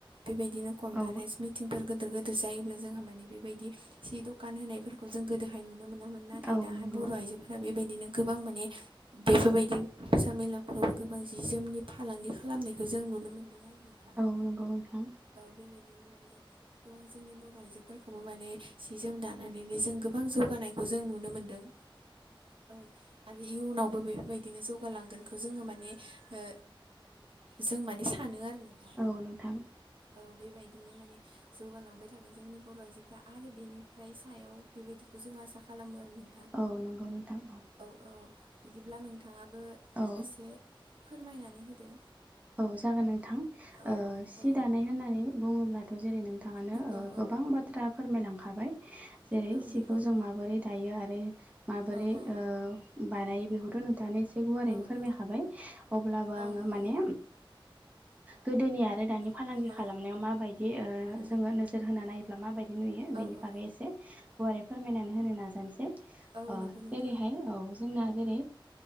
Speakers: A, on the right (about 70°); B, on the right (about 15°).
A: बेबायदिनो कनफारेन्स
B: औ
A: मि थिंफोर गिदोर गिदिर जायोब्ला जोंहा माने बेबायदि सि दखान होनायफोरखौ जों गोदोहाय नुनो मोनामोन नाथाय
B: औ
A: दाहाय
B: नंगौ
A: बर' आइजोफोरा बेबायदिनो गोबां माने बेफोरबायदि फुजा मेलाफोरावबो गोबां जि जोमनि फालांगि खालामनायखौ जों नुनो मोनो। <unintelligible>
B: औ नंगौ नोंथां।
A: औ बेबायदिनो माने गोबां जोंनि बर' आइजोफोरखौबो माने सि जोम दानानैनो जों गोबां जौगानायखौ जों नुनो मोनदों। औ आरो इयुनावबो बेफोरबायदिनो जौगालांगोनखौ जोङो माने ओ जों माने सानो आरो नोंथां।
B: अ नोंथां।
A: औ बेबायदिनो माने जौगालांबाय थागोन जोंनि बर' आइजोफ्रा आरो बेनि फ्राय सायाव बेबायदिखौ जों आसा खालामो आरो नों
B: औ नंगौ नोंथां औ।
A: औ औ बिदिब्ला नोंथाङाबो
B: औ
A: एसे फोरमायनानै होदो।
B: औ जागोन नोंथां
A: औ
B: सि
A: औ
B: दानाय होननानै बुङोब्ला जेरै नोंथाङानो
A: औ औ
B: गोबां बाथ्रा फोरमायलांखाबाय जेरै
A: औ
B: सिखौ
A: नंगौ
B: जों माबोरै दायो आरो माबोरै
A: औ औ
B: बानायो बेखौथ' नोंथाङानो एसे गुारैनो
A: औ
B: फोरमायखाबाय
A: औ
B: अब्लाबो
A: औ
B: आङो
A: नंगौ
B: माने गोदोनि आरो दानि फालांगि
A: औ
B: खालामनायाव माबायदि
A: औ
B: जोङो नोजोर होना नाय ब्ला माबायदि नुयो
A: औ
B: बेनि
A: औ
B: बागै एसे गुवारै फोरमायनानै होनो नाजानोसै।
A: औ
B: ओ
A: नंगौ नोंथां
B: जेरैहाय औ जोंना जेरै